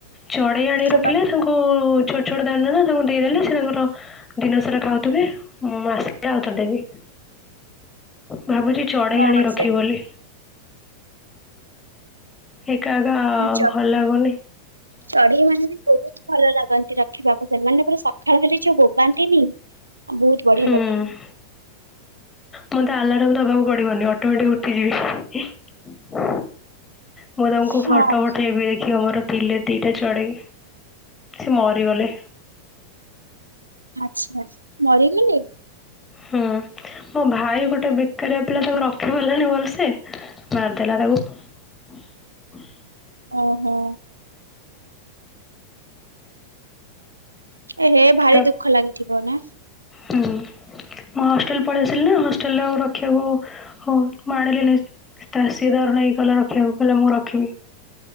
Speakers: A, on the left; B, on the right.
A: ଚଢେଇ ଆଣି
B: ତ ସେମାନେ
A: ରଖିଲେ ତାଙ୍କୁ ଛୋଟ ଛୋଟ ଦାନ ନା ତାଙ୍କୁ ଦେଇଦେଲେ ସେ ତାଙ୍କର ଦିନସାରା ଖାଉଥିବେ ମୁଁ ଆସିଲେ ଆଉଥରେ ଦେବି ଭାବୁଚି ଚଢେଇ
B: ହଁ
A: ଆଣି ରଖିବ
B: ସେ
A: ବୋଲି। ଏକା ଏକା
B: ଚଢି
A: ଭଲ ଲାଗୁନି
B: ଚଢ଼େଇ ମାନେ ବି ବହୁତ ଭଲ ଲାଗ ନ୍ତି ରଖିବାକୁ ସେମାନେ ପୁର ସକାଳ ହେ ଯୋଉ ବୋବାନ୍ତିନି ବହୁତ ବଢିଆ
A: ହୁଁ
B: ଲାଗେ।
A: ମୋତେ ଆଲାରାମ ଦବାକୁ ପଡିବନି ଅଟୋମେଟିକ ଉଠି ଯିବେ। ମୁଁ ତମକୁ
B: ହଁ
A: ଫଟୋ ପଠେଇବି ଦେଖିବ ମୋର ଥିଲେ ଦିଟା ଚଢେଇ ସେ ମରିଗଲେ।
B: ଆଚଛା ମରିଗଲେ?
A: ହଁ। ମୋ ଭାଇ ଗୋଟେ ବେକାରଆ ପିଲା ତାକୁ ରଖି ପାରିଲାନି ଭଲସେ ମାରିଦେଲା ତାକୁ। <inaudible>
B: ଓହୋ। ଏ ହେ ଭାରି
A: ତା
B: ଦୁଃଖ ଲାଗିଥିବ ନା?
A: ହୁଁ ମୁଁ ହଷ୍ଟେଲ ପଳେଇ ଆସିଲି ନା ହଷ୍ଟେଲରେ ଆଉ ରଖିବାକୁ ହଉ ମୁ ଆଣିଲିନି। ତାଷୀ ତାର ନେଇକ ଗଲେ ରଖିବାକୁ କହିଲେ ମୁଁ ରଖିବି।